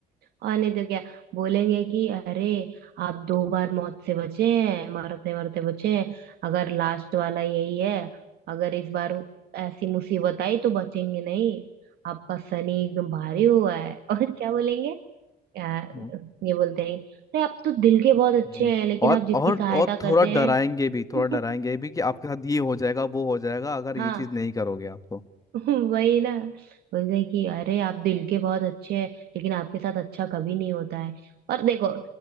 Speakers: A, on the right (about 70°); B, on the left (about 20°).
A: और नहीं तो क्या बोलेंगे कि अरे आप दो बार मौत से बचे हैं मरते मरते बचे हैं अगर लास्ट वाला यही है अगर इस बार ऐसी मुसीबत आई तो बचेंगे नहीं आपका शनि एकदम भारी हुआ है <laughs> और क्या बोलेंगे आ,
B: हम्म
A: ये बोलते हैं अरे आप तो दिल के बहुत अच्छे
B: हम्म,
A: हैं लेकिन
B: और
A: आप जिसकी
B: और
A: सहायता
B: और थोड़ा
A: करते
B: डराएंगे
A: हैं
B: भी थोड़ा
A: <laughs>
B: डराएंगे भी कि आपके साथ ये हो जाएगा वो हो जाएगा अगर ये
A: हाँ
B: चीज नहीं करोगे आप तो
A: <laughs> वही ना बोलते हैं कि अरे आप दिल के बहुत अच्छे हैं लेकिन आपके साथ अच्छा कभी नहीं होता है और देखो